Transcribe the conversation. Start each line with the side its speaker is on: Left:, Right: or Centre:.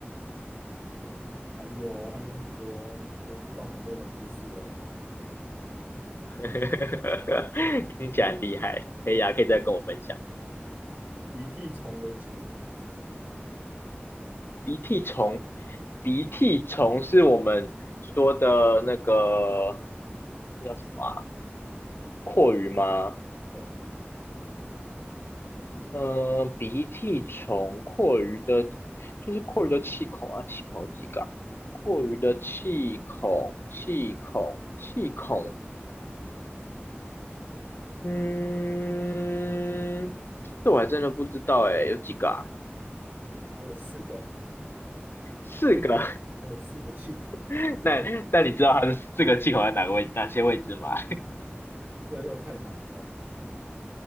Right: 哦，还有哦还有很多哦，我知道很多冷知识哦。
Left: <laughs> 听起来很厉害，可以啊，可以再跟我分享。
Right: 鼻涕虫有几个鼻子？
Left: 鼻涕虫，鼻涕虫是我们说的那个，那叫什么啊？蛞蝓吗？
Right: 对，
Left: 嗯、鼻涕虫，蛞蝓的，就是蛞蝓的气孔啊，气孔有几个啊？蛞蝓的气孔，气孔，气孔，嗯，这我还真的不知道哎，有几个啊？
Right: 还有四个，
Left: 四个。
Right: 还有四个气孔，
Left: <laughs>
Right: 有四个鼻子，
Left: 那那你知道它的四个气孔在哪个位，哪些位置吗？
Right: 这又太难了。